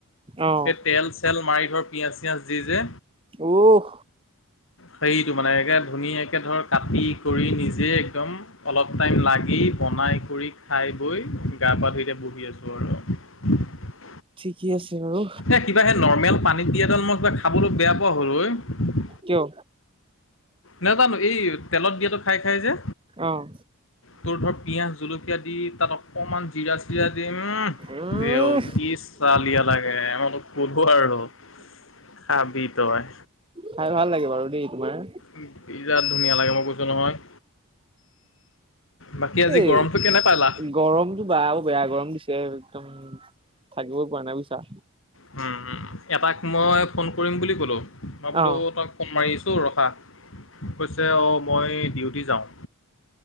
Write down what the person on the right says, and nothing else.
অ',
উহ
ঠিকে আছে। বাৰু
কিয়?
অ',
উম
খাই ভাল লাগে বাৰু দেই তোমাৰ?
এই
গৰমটো বা বেয়া গৰম দিছে, একদম থাকিব পাৰা নাই বুইছা।
অ